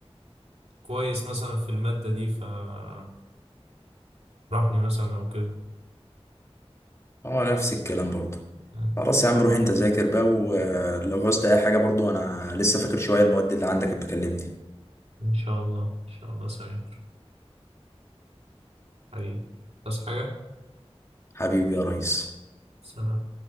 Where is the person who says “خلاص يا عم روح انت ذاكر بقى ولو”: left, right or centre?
Left